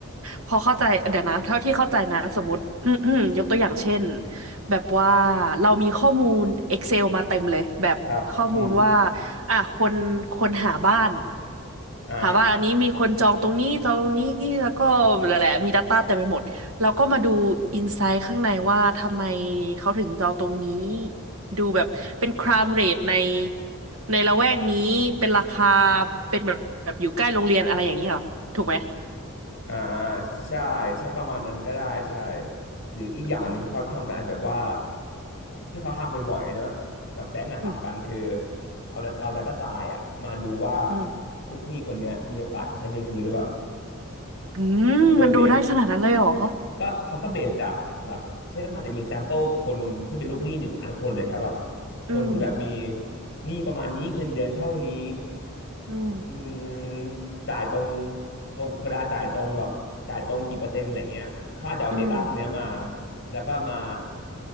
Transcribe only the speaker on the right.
พอเข้าใจเดี๋ยวนะเท่าที่เข้าใจนะสมมติ <clears throat> ยกตัวอย่างเช่นแบบว่าเรามีข้อมูล Excel มาเต็มเลยแบบข้อมูลว่า
อ่ะคนคนหาบ้าน
หาว่าอันนี้มีคนจองตรงนี้จองตรงนี้แล้วก็แหละๆมี Data เต็มไปหมดแล้วก็มาดูอินไซต์ข้างในว่าทำไมเขาถึงจองตรงนี้ดูแบบเป็นครามเรทในในละแวกนี้เป็นราคาเป็นแบบแบบอยู่ใกล้โรงเรียนอะไรอย่างนี้เหรอถูกไหม
อืม
อืม
อืม
อืมมันดูได้ขนาดนั้นเลยเหรอ
อืม
อืม
อืม